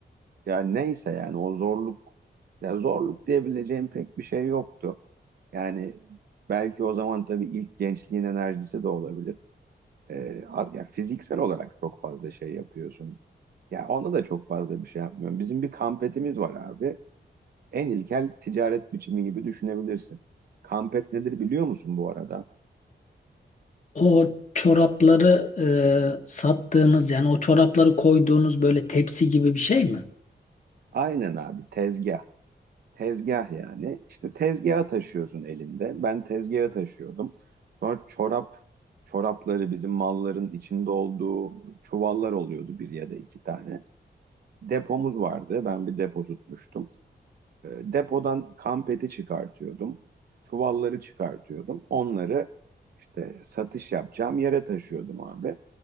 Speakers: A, on the right; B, on the left.
A: Yani neyse yani o zorluk ya zorluk diyebileceğim pek bir şey yoktu. Yani belki o zaman tabii ilk gençliğin enerjisi de olabilir. Ee, a- ya fiziksel olarak çok fazla şey yapıyorsun. Ya onda da çok fazla bir şey yapmıyorum. Bizim bir kampetimiz var abi. En ilkel ticaret biçimi gibi düşünebilirsin. Kampet nedir biliyor musun bu arada?
B: O çorapları e, sattığınız yani o çorapları koyduğunuz böyle tepsi gibi bir şey mi?
A: Aynen abi tezgah. Tezgah yani. İşte tezgaha taşıyorsun elinde. Ben tezgaha taşıyordum. Sonra çorap, çorapları bizim malların içinde olduğu çuvallar oluyordu bir ya da iki tane. Depomuz vardı. Ben bir depo tutmuştum. E, Depodan kampeti çıkartıyordum. Çuvalları çıkartıyordum. Onları işte satış yapacağım yere taşıyordum abi.